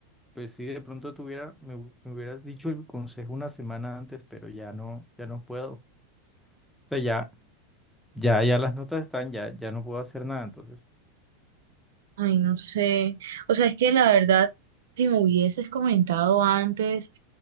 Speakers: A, in the centre; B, on the right.
A: pues si de pronto tuviera, me, hu- me hubieras dicho el consejo una semana antes, pero ya no, ya no puedo. O sea, ya, ya, ya las notas están, ya, ya no puedo hacer nada, entonces.
B: Ay, no sé. O sea, es que la verdad, si me hubieses comentado antes,